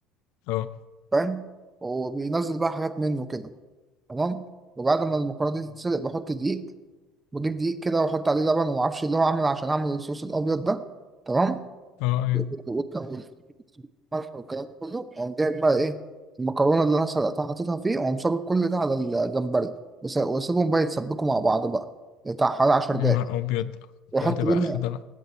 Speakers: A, on the left; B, on the right.
A: أه
B: فاهم وبينزل بقى حاجات منه كده تمام وبعد ما المكرونه دي تتسلق بحط دقيق بجيب دقيق كده واحط عليه لبن وما اعرفش اللي هو عامل عشان اعمل الصوص الابيض ده تمام
A: أه أيوه
B: والت- والملح والكلام ده كله أقوم جايب بقى إيه المكرونة اللي أنا سلقتها حاططها فيه وأقوم صابب كل ده على الجمبري وس- وأسيبهم بقى يتسبكوا مع بعض بقى بتاع حوالي 10
A: يا
B: دقايق
A: نهار أبيض
B: وأحط
A: ده هتبقى
B: جبنة
A: آخر دلع